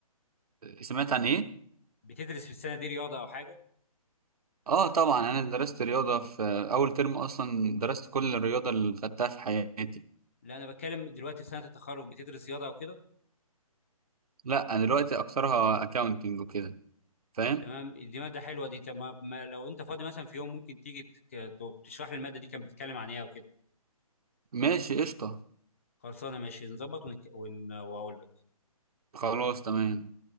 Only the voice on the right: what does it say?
سمعت عن ايه
اه طبعا انا درست رياضه في اول ترم اصلا درست كل الرياضه اللي خدتها في حياتي
لا انا دلوقتي اكثرها اكاونتنج وكده فاهم
ماشي قشطه
خلاص تمام